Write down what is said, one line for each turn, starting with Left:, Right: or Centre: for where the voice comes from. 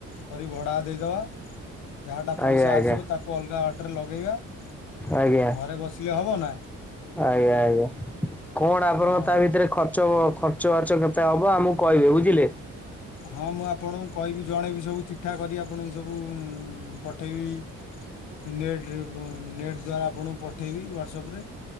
Left: କରି ଭଡା ଦେଇଦବା ଯାହାଟା ପଇସା
Centre: ଆଜ୍ଞା ଆଜ୍ଞା
Left: ଆସିବ ତାକୁ ଅଲଗା ବାଟରେ ଲଗେଇବା।
Centre: ଆଜ୍ଞା
Left: ଆଉ ଘରେ ବସିଲେ ହବ ନା
Centre: ଆଜ୍ଞା ଆଜ୍ଞା କଣ ଆପଣଙ୍କ
Left: ହଁ
Centre: ତାଭି ଏଥିରେ ଖର୍ଚ୍ଚ ଖର୍ଚ୍ଚବାଚ୍ଚ କେତେ ହବ ଆମକୁ କହିବେ ବୁଝିଲେ।
Left: ହଁ ମୁଁ ଆପଣଙ୍କୁ କହିବି ଜଣେଇବି ସବୁ ଚି ଠାକରି ଆପଣଙ୍କୁ ସବୁ ଉଁ ପଠେଇବି ନେଟ ଯାଉଁ ଓଁ ନେଟ୍ ଦ୍ଵାରା ଆପଣଙ୍କୁ ପଠେଇବି ହ୍ୱାଟସଆପରେ।